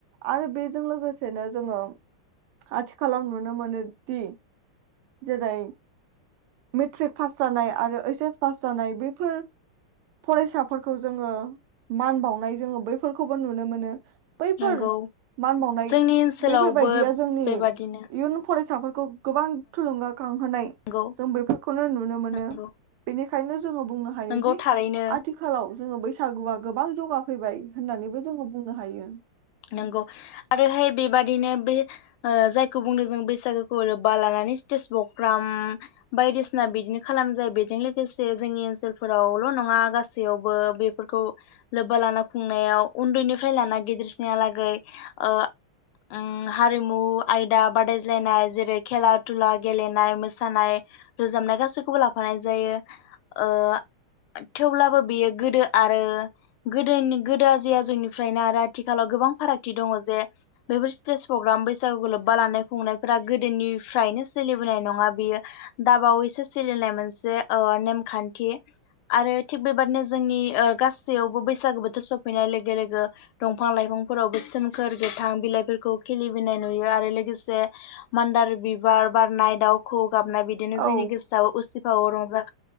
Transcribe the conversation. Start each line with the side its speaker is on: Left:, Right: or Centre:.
Right: आरो बेजों लोगोसेनो जोङो आथिखालाव नुनो मोनो दि जेरै मेट्रिक पास जानाय आरो ओइस एस पास जानाय बैफोर फरायसाफोरखौ जोङो मान बावनाय जोङो बैफोरखौ खौबो नुनो मोनो। बैफोर
Left: नंगौ
Right: मान बावनाय
Left: जोंनि ओनसोलावबो
Right: बैफोरबायदिया जोंनि
Left: बेबादिनो
Right: इयुन फरायसा फिसाफोरखौ गोबां थुलुंगा खांहोनाय
Left: नंगौ
Right: जों बैफोरखौनो नुनो मोनो
Left: नंगौ
Right: बेनिखा <unintelligible> जोङो बुंनो हायोदि
Left: नंगौ थारैनो
Right: आथिखालाव जोङो बैसागुआ गोबां जौगाफैबाय होननानैबो जोङो बुंनो हायो।
Left: नंगौ आरोहाय बेबादिनो बे ओ जायखौ बुंदों जों बैसागोखौ लोब्बा लानानै स्टेज प्रग्राम बायदिसिना बिदिनो खालाम जायो बेजों लोगोसे जोंनि ओनसोलफोरावल' नङा गासैयावबो बेफोरखौ लोब्बा लाना खुंनायाव उन्दैनिफ्राय लाना गिदिर लागै ओ उम हारिमु आयदा बादायज्लायनाय जेरै खेला दुला गेलेनाय मोसानाय रोजाबनाय गासैखौबो लाफानाय जायो ओ थेवब्लाबो बेयो गोदो आरो गोदोनि गोदो आजै आजौनिफ्रायनो आरो आथिखाल आथिखालाव गोबां फारागथि दङ जे बेफोर स्टेज प्रग्राम बैसागुखौ लोब्बा लानाय खुंनायफोरा गोदोनिफ्रायनो सोलिबोनाय नङा बियो दाबावैसो सोलिनाय मोनसे ओ नेमखान्थि आरो थिग बेबादिनो जोंनि ओ गासैयावबो बैसागो बोथोर सफैनाय लोगो लोगो दंफां-लाइफांफोराव बे सोमखोर गोथां बिलाइफोरखौ खिलिबोननाय नुयो आरो लोगोसे मान्दार बिबार बारनाय दाउखौ गाबनाय बिदिनो
Right: औ
Left: जोंनि गोसोआव उसि औ रंजा